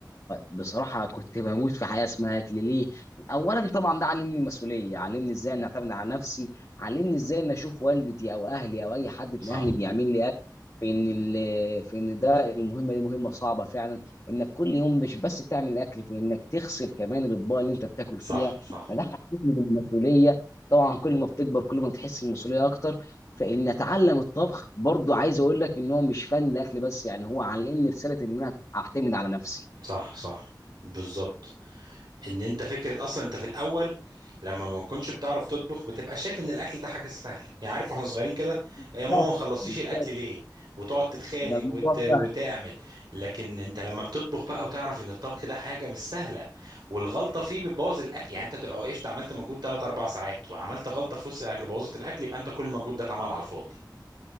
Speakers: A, on the left; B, on the right.
A: بصراحه كنت بموت في حياه اسمها اكل ليه اولا طبعا ده علمني المسؤوليه علمني ازاي ان اعتمد على نفسي علمني ازاي ان اشوف والدتي او اهلي او اي حد
B: صح
A: من اهلي بيعمل لي في ان ال- في ان ده المهمه دي مهمه صعبه فعلا انك كل يوم مش بس تعمل الاكل في انك تغسل كمان الاطباق اللي انت بتاكل
B: صح
A: فيها
B: صح
A: فده حسسني بالمسؤوليه طبعا كل ما بتكبر كل ما بتحس المسؤوليه اكتر فان اتعلم الطبخ برضو عايز اقول لك ان هو مش فن الاكل بس يعني هو علمني رساله ان انا اعتمد على نفسي
B: صح صح بالظبط ان انت فكره اصلا انت في الاول لما ما تكونش بتعرف تطبخ بتبقى شايف ان الاكل ده حاجه سهله يعني عارف واحنا صغيرين كده
A: بالظبط
B: يا ماما ما خلصتيش
A: بالظبط.
B: الاكل ليه وتقعد تتخانق
A: ده الموضوع
B: وت... وتعمل
A: فعلا
B: لكن انت لما بتطبخ بقى وتعرف ان الطبخ ده حاجه مش سهله والغلطه فيه بتبوظ الاكل يعني انت تبقى وقفت عملت مجهود 3 4 ساعات وعملت غلطه في وسط الاكل بوظت الاكل يبقى انت كل المجهود ده اتعمل على الفاضي